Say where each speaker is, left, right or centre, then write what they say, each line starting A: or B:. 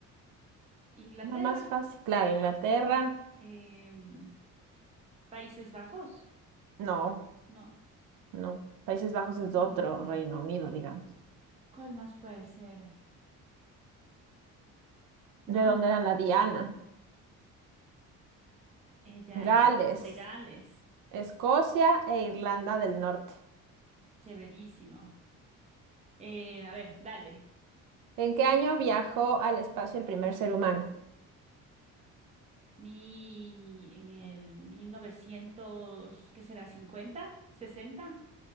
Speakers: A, on the right; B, on the right.
A: Inglaterra,
B: La más fácil. Claro, Inglaterra.
A: Em, Países Bajos,
B: No,
A: no.
B: no. Países Bajos
A: Mm,
B: es otro Reino Unido, digamos.
A: ¿Cuál más puede ser? No,
B: ¿De dónde
A: no,
B: era la Diana?
A: ella
B: Gales,
A: es de Gales,
B: Escocia e Irlanda del Norte.
A: severísimo. Eh, a ver, dale.
B: ¿En qué año viajó al espacio el primer ser humano?
A: Mi, en el 1900 ¿qué será? cincuenta, 60,